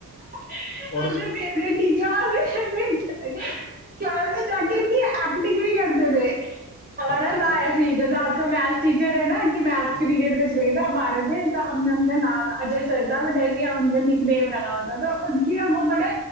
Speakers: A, on the right; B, on the left.
A: अपने
B: और उस
A: फेवरेट टीचर <laughs> क्लास में जाके नहीं एक्टिंग भी करते थे हमारा
B: और टीचर
A: था
B: की
A: ऐसे ही जैसे आपका मैथ्स टीचर है ना कि मैथ्स
B: हम्म,
A: के पीरियड में चले गए थे हमारे थे तो हमने उनका नाम अजय सर था बट ऐसे ही हम उनका निकनेम रखा हुआ था तो उनकी ना वो बड़े